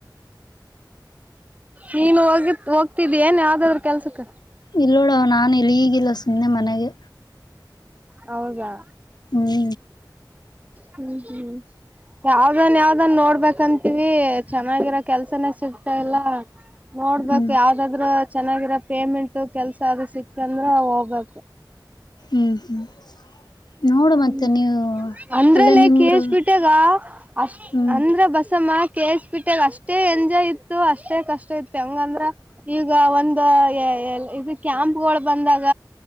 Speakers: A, on the right; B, on the left.
A: ನೀನು ಹೋಗಿ ಹೋಗ್ತಿದ್ದಿ ಏನ್ ಯಾವ್ದಾದ್ರೂ ಕೆಲ್ಸಕ್ಕೆ
B: ಇಲ್ಲ ನೋಡ ನಾನ ಇಲ್ಲಿ ಈಗಿಲ್ಲ ಸುಮ್ಮನೆ ಮನೆಗೆ
A: ಹೌದಾ
B: ಹ್ಮ್
A: ಹ್ಮ್ ಹ್ಮ್ ಯಾವ್ದನ್ ಯಾವ್ದನ್ ನೋಡ್ಬೇಕಂತೀವಿ ಚೆನ್ನಾಗಿರೋ ಕೆಲ್ಸನ ಸಿಗ್ತಾಲ್ಲ ನೋಡ್ಬೇಕಕ್
B: ಹ್ಮ್
A: ಯಾವ್ದಾದ್ರ ಚೆನ್ನಾಗಿರ ಪೇಮೆಂಟ್ ಕೆಲ್ಸ ಅ ಸಿಕ್ತಂದ್ರ ಹೋಗ್ಬೇಕು
B: ಹ್ಮ್ ಹ್ಮ್ ನೋಡು
A: ಹ್ಮ
B: ಮತ್ತೆ ನೀವು
A: ಅಂದ್ರಲ್ಲೇ
B: ಅಲ್ಲೇ ನಿಮ್ಮೂರು
A: ಕಸ್ಬಿಟ್ಟಾಗ ಅಷ್ಟ
B: ಹ್ಮ್
A: ಅಂದ್ರ ಬಸಮ್ಮ ಕೇಸ್ ಬಿಿಟ್ಟಾಗ ಅಷ್ಟೇ ಎಂಜಾಯ್ ಇತ್ತು ಅಷ್ಟೇ ಕಷ್ಟ ಇತ್ತು ಹೆಂಗಂದ್ರ ಈಗ ಒಂದು ಇದು ಕ್ಯಾಂಪ್ಗಳು ಬಂದಾಗ